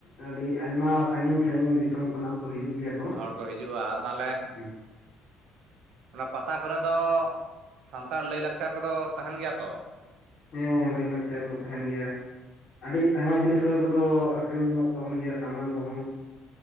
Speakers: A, on the left (about 55°); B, on the right (about 70°).
A: ᱟᱹᱰᱤ ᱟᱭᱢᱟ ᱥᱟᱺᱜᱤᱧ ᱥᱟᱺᱜᱤᱧ ᱫᱤᱥᱚᱢ ᱠᱷᱚᱱᱟᱜ ᱦᱚᱸᱠᱚ ᱦᱤᱡᱩᱜ ᱜᱮᱭᱟ
B: ᱦᱚᱲ ᱠᱚ ᱦᱤᱡᱩᱜᱼᱟ ᱛᱟᱦᱚᱞᱮ
A: ᱦᱩᱸ
B: ᱚᱱᱟ ᱯᱟᱛᱟ ᱠᱚᱨᱮ ᱫᱚ ᱥᱟᱱᱛᱟᱲ ᱞᱟᱹᱭ ᱞᱟᱠᱪᱟᱨ ᱠᱚᱫᱚ ᱛᱟᱦᱮᱸᱱ ᱜᱮᱭᱟ ᱛᱚ
A: ᱦᱮᱸ ᱞᱟᱹᱭᱼᱞᱟᱠᱪᱟᱨ ᱠᱚ ᱛᱟᱦᱮᱸᱱ ᱜᱮᱭᱟ ᱟᱹᱰᱤ ᱟᱭᱢᱟ ᱡᱤᱱᱤᱥ ᱠᱚ <unintelligible> ᱠᱚᱫᱚ ᱟᱹᱠᱷᱨᱤᱧᱚᱜ ᱛᱟᱵᱚᱱ ᱜᱮᱭᱟ ᱥᱟᱢᱟᱱ ᱠᱚᱦᱚᱸ